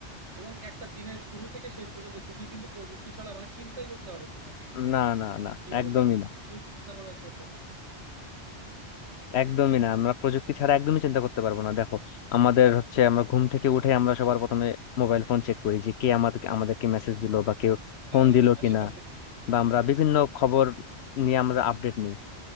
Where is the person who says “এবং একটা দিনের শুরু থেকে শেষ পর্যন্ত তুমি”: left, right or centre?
Right